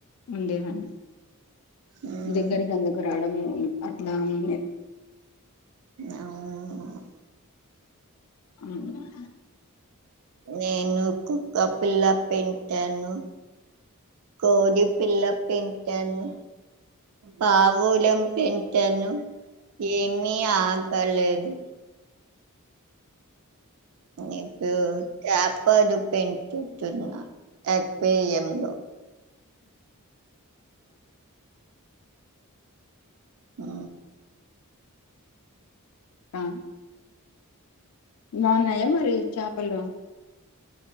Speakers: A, on the left (about 80°); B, on the right (about 85°).
A: ఉండేదాన్ని
B: హ్మ్
A: దగ్గరికి అందుకు రావడం అట్లానేం
B: అవును
A: ఉహ్
B: నేను కుక్క పిల్ల పెంటాను కోడి పిల్ల పెంటాను పావు పొలం పెంటాను ఏమీ ఆగలేదు ఇప్పు చెప్పలు పెంచుచున్న అక్వెేర్యంలో ఆ
A: ఆ బావున్నాయా మరి చాపలు